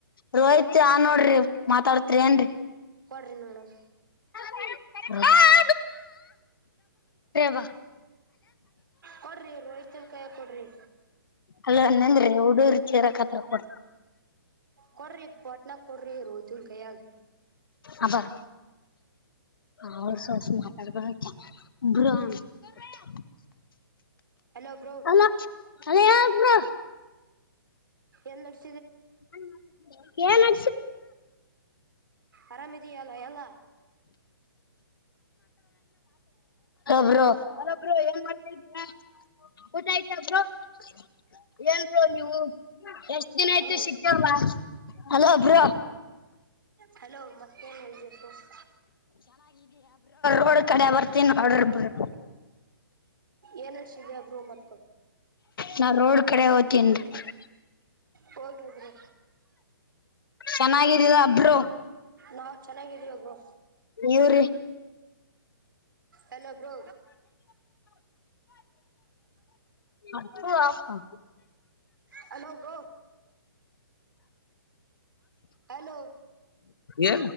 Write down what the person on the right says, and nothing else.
ಕೊಡ್ರಿ ನೋಡೋಣ
ಕೊಡ್ರಿ ರೋಹಿಿತನ್ ಕೈಯಾಗ ಕೊಡ್ರಿ
ಕೊಡ್ರಿ ಪೋಟ್ನ ಕೊಡ್ರಿ ರೋಹಿತ್ನ್ ಕೈಯಾಗ
ಹಲೋ ಬ್ರೋ
ಎಲ್ಲೆಡು
ಆರಾಮಿದೀಯ ಅಲ್ಲ ಎಲ್ಲ
ಹಲೋ
ಹಲೋ ಮತ್ತೇನು ಹೇಳಿ ಬಾಸ್
ಏನ ನಡಸಿದಿಯ ಬ್ರೋ ಮತ್ತೆ
ಹೊಗಾದ್ರೆ
ನಾವ್ ಚೆನ್ನಾಗಿದೀವಿ ಬ್ರೋ
ಹಲೋ ಬ್ರೋ
ಹಲೋ ಬ್ರೋ ಹಲೋ